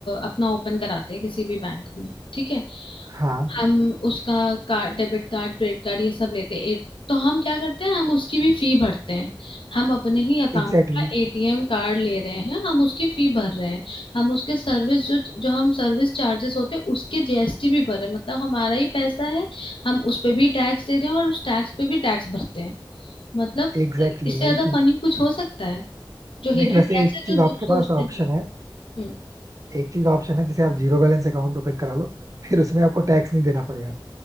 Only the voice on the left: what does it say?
अपना ओपन कराते हैं किसी भी बैंक में ठीक है
हम उसका card debit card credit card ये सब लेते हैं ए- तो हम क्या करते हैं हम उसकी भी फी भरते हैं हम अपने ही अकाउंट
का एटीएम कार्ड ले रहे हैं हम उसकी फी भर रहे हैं हम उसके सर्विस जो जो हम सर्विस चार्जेस होते हैं उसके जीएसटी भी भर रहे हैं मतलब हमारा ही पैसा है हम उस पे भी टैक्स दे रहे हैं और उस टैक्स पे भी टैक्स भरते हैं मतलब
इससे
ज्यादा
फनी कुछ हो सकता है जो
हिडन
टैक्स
है
जो
दो- सोचते
नहीं
हम्म।